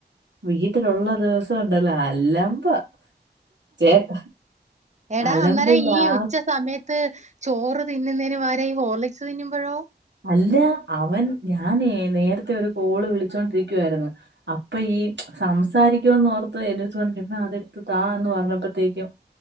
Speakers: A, on the right; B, on the right.
A: വീട്ടിലുള്ള ദിവസം ഉണ്ടല്ലോ അലമ്പ ചേട്ട
B: എടാ
A: അലമ്പിന്റെ
B: അന്നേരം ഈ
A: ആ
B: ഉച്ച സമയത്ത് ചോറ് തിന്നുന്നേന് വര ഹോർലെക്സ് തിന്നുമ്പോഴോ
A: അല്ല അവൻ ഞാൻ ന്നേ നേര്ത്തെ ഒരു കോള് വിളിച്ചോണ്ടിരിക്കുവായിരുന്നു അപ്പ ഈ സംസാരിക്കുമന്ന് ഓർത്ത് എന്റട്ത്ത് പറഞ്ഞ ഇപ്പ അതെടുത്ത് താ എന്ന് പറഞ്ഞപ്പോഴത്തേക്കും